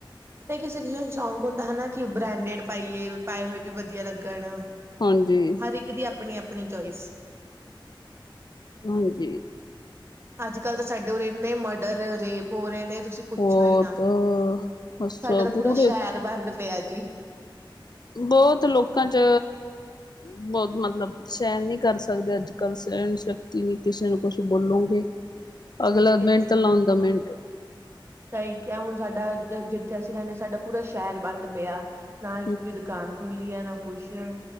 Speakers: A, on the right; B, on the left.
A: ਨਹੀਂ ਕਿਸੇ-ਕਿਸੇ ਨੂੰ ਸ਼ੌਂਕ ਹੁੰਦਾ ਹਨਾ ਕਿ ਬਰੈਂਡਡ ਪਾਈਏ, ਪਾਏ ਹੋਏ ਵੀ ਵਧੀਆ ਲੱਗਣ,
B: ਹਾਂਜੀ।
A: ਹਰ ਇੱਕ ਦੀ ਆਪਣੀ-ਆਪਣੀ ਚੋਇਸ
B: ਹਾਂਜੀ।
A: ਅੱਜ-ਕੱਲ੍ਹ ਤੇ ਸਾਡੇ ਉਰੇ ਇੰਨੇ ਮਰਡਰ, ਰੇਪ ਹੋ ਰਹੇ ਨੇ, ਤੁਸੀਂ ਪੁੱਛੋ
B: ਬਹੁਤ
A: ਈ ਨਾ,
B: ਬਸ
A: ਸਾਡੇ ਤਾਂ
B: ਪੂਰੇ
A: ਪੂਰਾ ਸ਼ਹਿਰ ਬੰਦ ਪਿਆ ਜੀ।
B: ਬਹੁਤ ਲੋਕਾਂ 'ਚ ਬਹੁਤ ਮਤਲਬ ਸਹਿਣ ਨਹੀਂ ਕਰ ਸਕਦੇ ਅੱਜ-ਕੱਲ੍ਹ, ਸਹਿਣ ਸ਼ਕਤੀ ਨੀ ਕਿਸੇ ਨੂੰ ਕੁਛ ਬੋਲੋਗੇ
A: <inaudible>
B: ਅਗਲਾ ਮਿੰਟ
A: ਜੀ ਸਹੀ
B: ਲਾਉਂਦਾ, ਮਿੰਟ
A: ਸਹੀ ਕਿਹਾ ਹੁਣ, ਸਾਡਾ ਜਿੱਥੇ ਅਸੀਂ ਰਹਿੰਨੇ, ਸਾਡਾ ਪੂਰਾ ਸ਼ਹਿਰ ਬੰਦ ਪਿਆ, ਨਾ ਇੱਕ
B: ਹਮ
A: ਵੀ ਦੁਕਾਨ ਖੁੱਲੀ ਐ, ਨਾ ਕੁਛ ਏ।